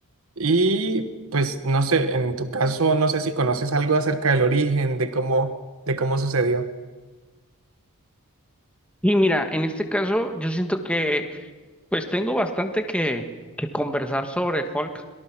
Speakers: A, on the right (about 65°); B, in the centre.
A: Y pues no sé, en tu caso, no sé si conoces algo acerca del origen, de cómo, de cómo sucedió.
B: Y mira, en este caso yo siento que pues tengo bastante que, que conversar sobre Hulk.